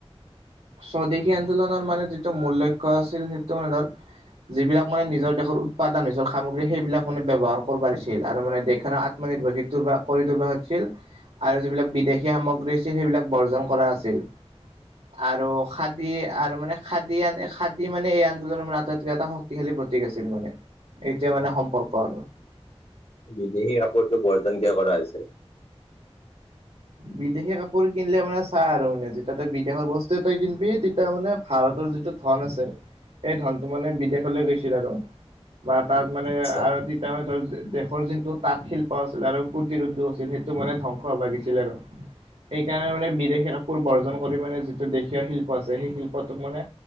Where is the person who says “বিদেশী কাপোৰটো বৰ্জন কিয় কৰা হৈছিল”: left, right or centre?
Left